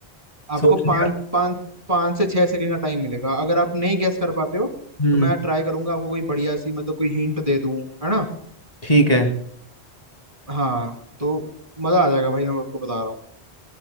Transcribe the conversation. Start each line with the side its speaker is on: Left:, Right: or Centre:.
Right: आपको
Left: सोचने
Right: पाँच
Left: का
Right: पाँच पाँच से छह सेकंड का टाइम मिलेगा अगर आप नहीं गैस कर पाते हो
Left: हम्म
Right: तो मैं ट्राई करूंगा आपको कोई बढ़िया सी मतलब कोई हिंट दे दूं है ना
Left: ठीक है
Right: हाँ तो मजा आ जाएगा भाई मैं आपको बता रहा हूँ